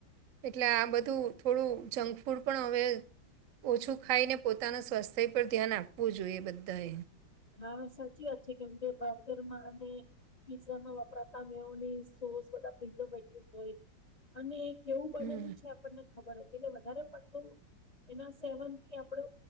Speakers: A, on the right (about 60°); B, on the left (about 35°).
A: એટલે આ બધું થોડું જંક ફૂડ પણ હવે ઓછું ખાઈને પોતાના સ્વાસ્થ્ય પર ધ્યાન આપવું જોઈએ બધાએ
B: હા સાચી વાત છે કે મુ બગરમાંને પિઝામાં વાપરાતા મેની સોસ બધા પઝટ સોય-' અને કેવું બનેલું
A: હમ
B: છે આપણને ખબર હતી એટલે વધારે પડતું એના સેવન થી આપડે